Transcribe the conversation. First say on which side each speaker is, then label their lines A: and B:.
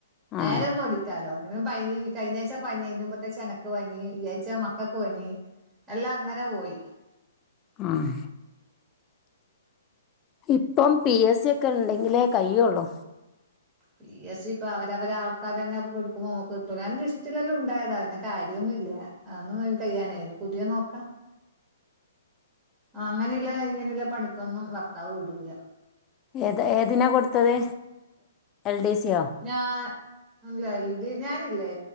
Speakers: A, on the right (about 20°); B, on the left (about 25°).
A: നേരം
B: ആ
A: പോ ക്കാലോ ഒന് പനി കഴഞ്ഞാഴ്ച്ച പനി അയ്ന്റെ മുംമ്പത്തേഴ്ച്ചാ എനക്ക് പനി ഈ ആഴ്ച്ചാ മക്കക്ക് പനി എല്ലാ അങ്ങനെ പോയി
B: ആഹ് ഇപ്പം, പി, എസ്, സി, ഒക്കെ ണ്ടെങ്കിലേ കയ്യുള്ളൂ.
A: പി എസ് സി ഇപ്പൊ അവരവര് ആൾക്കാർ തന്നെ എടുക്കുമ്പോ നമ്മുക്ക് കിട്ടൂല അത്‌ ലിസ്റ്റിൽ തന്നെ ഉണ്ടായത അതിന്റെ കാര്യൊന്നും ഇല്ല. അന്ന് കയ്യാനായി ഇനി പുതിയ നോക്കാം ആഹ്‌, അങ്ങനെയുള്ള ഇങ്ങനെയുള്ള പണിക്കൊന്നും ഭർത്താവ് വിടൂല.
B: ഏത് ഏതിനാ കൊടുത്തത് എൽ ഡി സിയോ.
A: ഞാൻ ല്ല എഴതി ഞാനില്ലേ